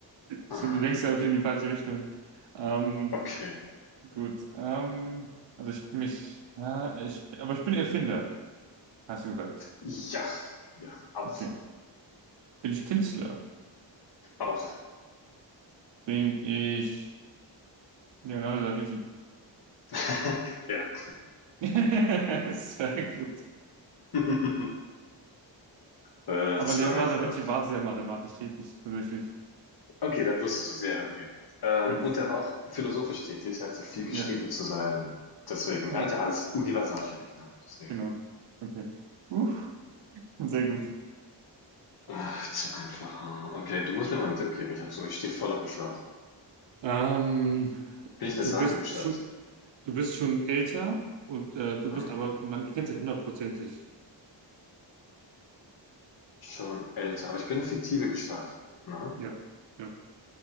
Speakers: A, on the right; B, on the left.
A: Stimmt,
B: Aha.
A: du denkst ja auch in die falsche Richtung. Ähm,
B: Okay.
A: Gut. Ähm, also ich bin mich, ja, ich, aber ich bin Erfinder, hast du gesagt.
B: Ja, ja, auch,
A: Okay. Bin ich Künstler?
B: auch.
A: Bin ich Leonardo da Vinci?
B: <laughs> ja.
A: <laughs> Sehr gut.
B: <laughs> äh,
A: Aber
B: zu
A: Leonardo
B: einfach.
A: da Vinci war sehr mathematisch tätig, tatsächlich.
B: Okay, dann wusstest du es, ja, okay. Ähm,
A: Okay.
B: und er war auch philosophisch tätig, er hat ja viel geschrieben
A: Ja,
B: zu sein deswegen,
A: ja,
B: er hat ja alles Universalgenie, ne? Deswegen.
A: genau. Okay. Uff, sehr gut.
B: Ach, zu einfach. hm. Okay, du musst mir mal einen Tipp geben, ich hab so, ich stehe voll auf dem Schlauch.
A: Ähm,
B: Bin ich eine
A: du
B: Sagengestalt?
A: bist schon, du bist schon älter und äh, du
B: Hm.
A: bist aber, man kennt dich hundertprozentig.
B: Schon älter, aber ich bin eine fiktive Gestalt, ne?
A: Ja. ja.